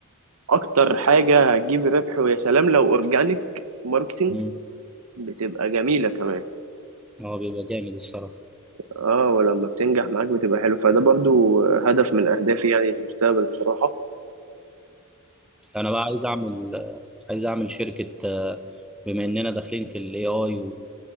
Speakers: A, on the right; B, in the centre.
A: اكتر حاجة هتجيب ربح ويا سلام لو اورجانيك ماركتينج
B: مم.
A: بتبقى جميلة كمان
B: اه بيبقى جامد الصراحه
A: اه ولما بتنجح معاك بتبقى حلو فده برضو هدف من اهدافي يعني المستقبل بصراحة
B: انا بقى عايز اعمل عايز اعمل شركه آه، بما اننا داخلين في الاي اي و...